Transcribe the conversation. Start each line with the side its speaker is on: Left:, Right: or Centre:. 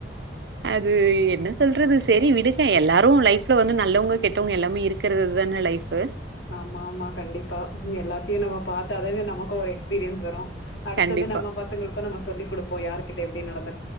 Right: அது என்ன சொல்றது சேரி விடு எல்லாரு லைஃப்ல வந்து நல்லவங்க கெட்டவங்க எல்லா மே இருக்குறது தான லைஃப்பு
Left: ஆமா ஆமா கண்டிப்பா ம் எல்லாத்தையு நம்ம பாத்தாதான நமக்கு ஒரு எக்ஸ் பீரியன்ஸ் வரும் அடுத்தது
Right: கண்டிப்பா.
Left: நம்ம பசங்களுக்கும் நம்ம சொல்லி கொடுப்போமா யார்கிட்ட எப்படி நடந்து